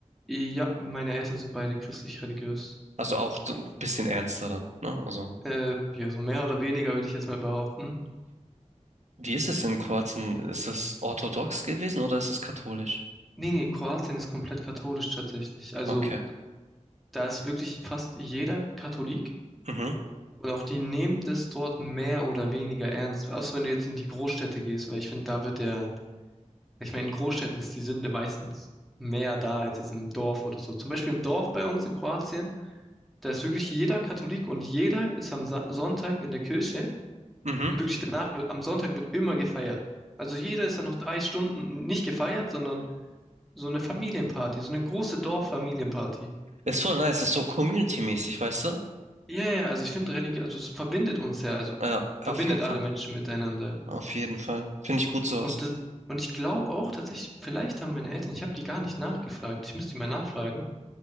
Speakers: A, in the centre; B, on the right (about 65°).
A: ja, meine Eltern sind beide christlich-religiös.
B: Also auch so ein bisschen ernster dann, ne? Also,
A: Äh, ja, so mehr oder weniger würde ich jetzt mal behaupten.
B: wie ist es in Kroatien? Ist das orthodox gewesen oder ist das katholisch?
A: Nee, nee, Kroatien ist komplett katholisch tatsächlich. Also
B: Okay.
A: da ist wirklich fast jeder Katholik
B: Mhm.
A: und auch die nehmen das dort mehr oder weniger ernst. Außer wenn du jetzt in die Großstädte gehst, weil ich finde, da wird der, ich meine, in Großstädten ist die Sünde meistens mehr da als jetzt im Dorf oder so. Zum Beispiel im Dorf bei uns in Kroatien Da ist wirklich jeder Katholik und jeder ist am Sa Sonntag in der Kirche
B: Mhm.
A: und wirklich danach wird, am Sonntag wird immer gefeiert. Also jeder ist ja noch drei Stunden nicht gefeiert, sondern so eine Familienparty, so eine große Dorffamilienparty.
B: Ist voll nice, ist so community-mäßig, weißt du?
A: Ja, ja, also ich finde Religion, also es verbindet uns ja, also
B: Ja, auf
A: verbindet
B: jeden Fall.
A: alle Menschen miteinander.
B: Auf jeden Fall. Finde ich gut sowas.
A: Und das, und ich glaube auch tatsächlich, vielleicht haben meine Eltern, ich habe die gar nicht nachgefragt, ich müsste die mal nachfragen,